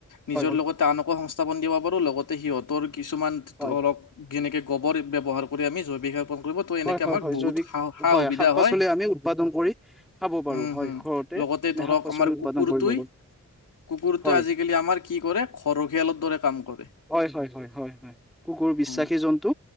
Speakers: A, on the left; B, in the centre.
A: নিজৰ
B: হয়
A: লগতে আনকো সংস্থাপন দিব পাৰোঁ, লগতে সিহঁতৰ কিছুমান
B: হয়
A: ধৰক যেনেকে গোবৰ ব্যৱহাৰ কৰি আমি জৈৱিক সাৰ উ কৰিব ত এনেকে
B: হয় হয়
A: আমাক
B: হয়
A: বহুত
B: জৈৱিক
A: সা সা সুবিধা
B: শাক পাচলি
A: হয়,
B: আমি উৎপাদন কৰি খাব পাৰো
A: উম
B: হয়
A: হম।
B: ঘৰতে
A: লগতে
B: আমি
A: ধৰক
B: শাক পাচলি
A: আমাৰ
B: উৎপাদন
A: কুকুৰটোৱে
B: কৰিব পাৰো
A: কুকুৰটোৱে
B: হয়
A: আজিকালি আমাৰ কি কৰে? ঘৰ ৰখীয়ালৰ দৰে কাম কৰে।
B: হয় হয় হয় হয় হয় কুকুৰ বিশ্বাসী
A: উম
B: জন্তু